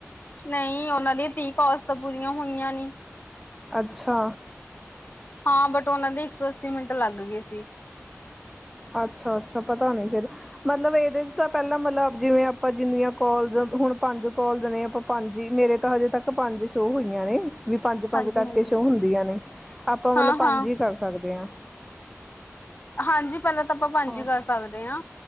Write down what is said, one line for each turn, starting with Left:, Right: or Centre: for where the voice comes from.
Left: ਨਹੀਂ ਉਹਨਾਂ ਦੀ ਤੀਹ ਕੋਲਸ ਪੂਰੀਆਂ ਹੋਈਆਂ ਨੀ।
Centre: ਅੱਛਾ।
Left: ਹਾਂ ਬਟ ਉਹਨਾ ਦੇ ਇੱਕ ਸੌ ਅੱਸੀ ਮਿੰਟ ਲੱਗ ਲਗ ਗਏ ਸੀ।
Centre: ਅੱਛਾ ਅੱਛਾ ਪਤਾ ਨੀ ਫਿਰ ਮਤਲਬ ਇਹਦੇ ਤਾਂ ਪਹਿਲਾਂ ਮਤਲਬ ਜਿਵੇਂ ਆਪਾਂ ਜਿੰਨੀਆਂ ਕੋਲਸ ਹੁਣ ਪੰਜ ਕੋਲਸ ਨੇ ਅਪਾਂ ਪੰਜ ਮੇਰੇ ਤਾਂ ਹਜੇ ਤੱਕ ਪੰਜ ਸ਼ੋਅ ਹੋਈਆਂ ਨੇ ਵੀ ਪੰਜ ਪੰਜ
Left: ਹਾਂਜੀ-ਹਾਂਜੀ।
Centre: ਕਰਕੇ ਸ਼ੋਅ ਹੁੰਦੀਆਂ ਨੇ ਆਪਾਂ ਮਤਲਬ
Left: ਹਾਂ-ਹਾਂ,
Centre: ਪੰਜ ਈ ਕਰ ਸਕਦੇ ਆ।
Left: ਹਾਂਜੀ। ਪਹਿਲਾਂ ਤਾਂ ਆਪਾਂ ਪੰਜ
Centre: ਹਾਂ
Left: ਹੀ ਕਰ ਸਕਦੇ ਆ